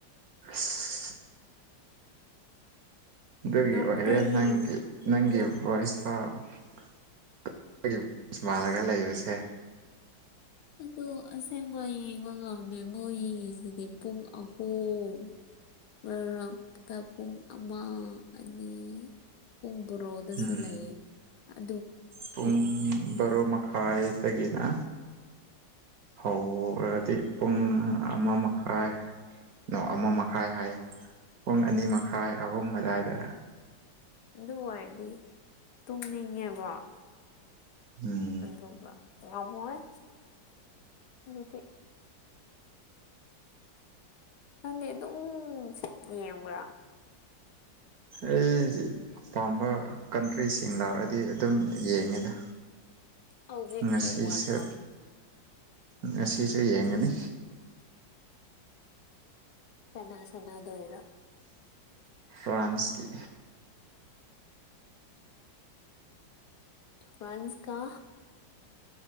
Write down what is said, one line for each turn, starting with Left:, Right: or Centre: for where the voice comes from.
Right: ꯑꯁ ꯑꯗꯨꯒꯤ
Left: ꯉꯝꯗꯦ
Right: ꯑꯣꯏꯔꯦ ꯅꯪꯒꯤ ꯅꯪꯒꯤ
Left: ꯉꯝ
Right: ꯚꯣꯏꯁ ꯐꯥꯎ <unintelligible> ꯁ꯭ꯃꯥꯜꯂꯒ ꯂꯩꯕꯁꯦ
Left: ꯑꯗꯨ ꯑꯁꯦꯡꯕ ꯌꯦꯡꯕ ꯉꯝꯗꯦ ꯃꯣꯏ ꯌꯦꯡꯉꯤꯁꯤꯗꯤ ꯄꯨꯡ ꯑꯍꯨꯝ ꯉꯔꯥꯡꯇ ꯄꯨꯡ ꯑꯃ ꯑꯅꯤ ꯄꯨꯡ ꯕ꯭ꯔꯣꯗꯁꯨ
Right: ꯎꯝ
Left: ꯂꯩꯌꯦ ꯑꯥ
Right: ꯄꯨꯡ ꯕꯔꯣ ꯃꯈꯥꯏꯗꯒꯤꯅ ꯍꯧꯔꯗꯤ ꯄꯨꯡ ꯑꯃ ꯃꯈꯥꯏ ꯅ ꯑꯃ ꯃꯈꯥꯏ ꯍꯥꯏꯌꯦ ꯄꯨꯡ ꯑꯅꯤ ꯃꯈꯥꯏ ꯑꯍꯨꯝ ꯑꯗꯥꯏꯗ
Left: ꯗꯨ ꯑꯣꯏꯔꯗꯤ ꯇꯨꯝꯅꯤꯡꯉꯦꯕ
Right: ꯎꯝ
Left: ꯑꯗꯨꯒ ꯉꯝꯃꯣꯏ ꯑꯗꯨꯗꯤ ꯅꯪꯗꯤ ꯑꯗꯨꯝ ꯌꯦꯡꯕ꯭ꯔꯥ
Right: ꯑꯩꯒꯤ ꯄꯥꯝꯕ ꯀꯟꯇ꯭ꯔꯤꯁꯤꯡ ꯂꯥꯛꯑꯗꯤ ꯑꯗꯨꯝ ꯌꯦꯡꯉꯦꯗ
Left: ꯍꯧꯖꯤꯛꯀꯤ
Right: ꯉꯁꯤꯁꯨ
Left: ꯋꯥꯔꯜ ꯀꯞ
Right: ꯉꯁꯤꯁꯨ ꯌꯦꯡꯒꯅꯤ
Left: ꯀꯅꯥ ꯁꯅꯥꯗꯣꯏꯔꯣ
Right: ꯐ꯭ꯔꯥꯟꯁꯀꯤ
Left: ꯐ꯭ꯔꯥꯟꯁ ꯀ